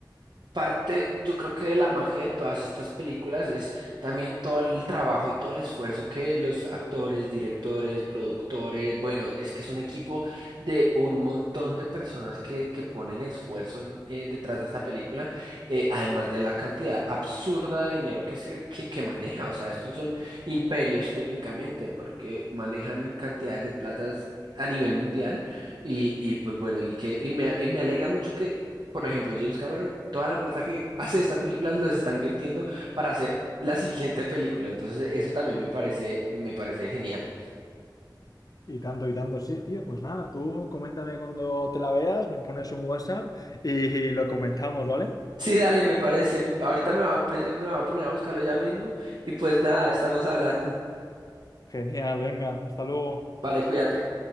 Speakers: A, on the right; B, on the left.
A: Parte, yo creo que de la magia de todas estas películas es también todo el trabajo y todo el esfuerzo que los actores, directores, productores, bueno, es que es un equipo de un montón de personas que, que ponen esfuerzo en- eh, detrás de esta película, eh, además de la cantidad absurda de dinero que se que, que maneja, o sea, estos son imperios técnicamente porque manejan cantidades de platas a nivel mundial. Y, y, pues bueno, y que y me, y me alegra mucho que por ejemplo, James Cameron, toda la plata que hace de estas películas las está invirtiendo para hacer la siguiente película. Entonces, eso también me parece, me parece genial.
B: Y tanto y tanto, sí, tío. Pues nada, tú coméntame cuando te la veas, me pones un WhatsApp y lo comentamos, ¿vale?
A: Sí, dale, me parece. Ahorita me va, a- me va a poner a buscarlo ya mismo. Y pues nada, estamos hablando.
B: Genial, venga, hasta luego.
A: Vale, cuídate.